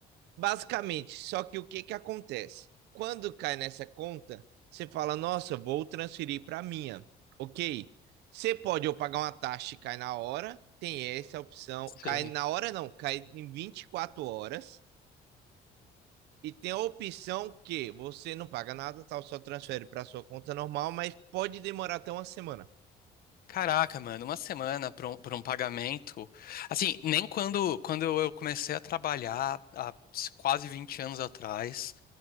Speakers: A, on the right; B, on the left.
A: Basicamente, só que o que que acontece? Quando cai nessa conta, você fala: "Nossa, vou transferir para a minha". OK? Você pode ou pagar uma taxa e cai na hora, tem essa opção.
B: Sim.
A: Cai na hora não, cai em 24 horas. E tem a opção que você não paga nada, tal, só transfere para sua conta normal, mas pode demorar até uma semana.
B: Caraca, mano, uma semana para um, pra um pagamento. Assim, nem quando, quando eu comecei a trabalhar há quase 20 anos atrás,